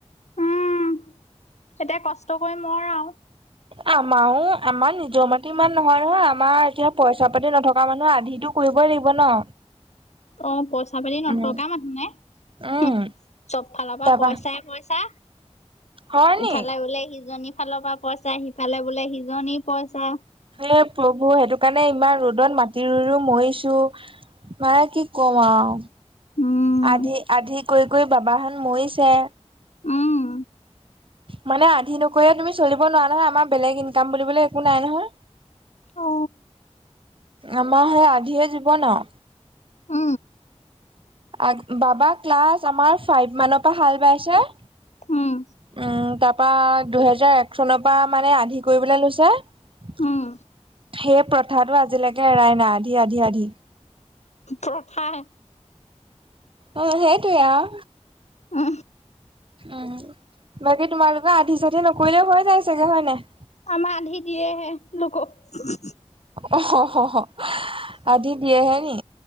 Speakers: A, on the left; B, on the right.
A: উম এতিয়া কষ্ট কৰি মৰ আও।
B: আমাৰও আমাৰ নিজৰ মাটি ইমান নহয় নহয় আমাৰ এতিয়া পইচা পাতি নথকা মানুহে আধিতো কৰিবই লাগিব ন
A: অ পইচা পাতি নথকা
B: উম
A: মানুহ নে
B: উম
A: হো চব ফালৰ পৰা
B: তাৰপা
A: পইচাই পইছা
B: হয় নি
A: ইফালে বোলে সিজনীৰ ফালৰ পৰা পইচা সিফালে বোলে সিজনী পইচা
B: এ প্ৰভু সেইটো কাৰণে ইমান ৰ'দত মাটি ৰুই ৰুই মৰিছো। মানে কি কম আও
A: উম
B: আধি আধি কৰি কৰি বাবাহেত মৰিছে
A: উম
B: মানে আধি নকৰিলে তুমি চলিব নোৱাৰা নহয় আমাৰ বেলেগ ইনকাম বুলিবলে একো নাই নহয়
A: অ
B: আমাৰ হে আধিয়ে জীৱন আও
A: উ
B: আ বাবা ক্লাছ আমাৰ ফাইভ মানৰ পৰা হাল বাইছে
A: উম
B: উম তাৰ পৰা দুহেজাৰ এক চনৰ পৰা মানে আধি কৰিবলৈ লৈছে। সেই
A: উম
B: পথাৰটো আজিলৈকে এৰাই নাই আধি আধি আধি।
A: পথাৰ।
B: অঁ সেইটোয়ে আউ
A: উ হো
B: উম বাকী তোমালোকৰ আধি চাধি নকৰিলেও হয় যায় চাগে হয় নাই?
A: আমাৰ আধি দিয়েহে লোকক হু হু
B: অ অ অ আধি দিয়েহে নি